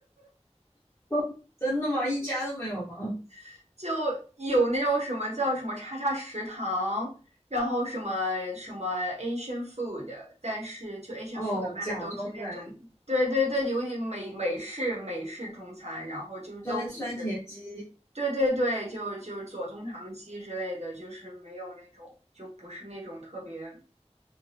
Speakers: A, on the left; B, on the right.
A: <laughs> 真的吗？一家都没有吗？
B: <laughs> 就有那种什么叫什么叉叉食堂，然后什么什么 Asian food，但是就 Asian
A: 哦，
B: food 卖的都是那种，
A: 假装的
B: 对对对，有一美美式美式中餐，然后就是都不是。
A: 酸酸甜鸡，
B: 对对对，就就是左宗棠鸡之类的，就是没有那种，就不是那种特别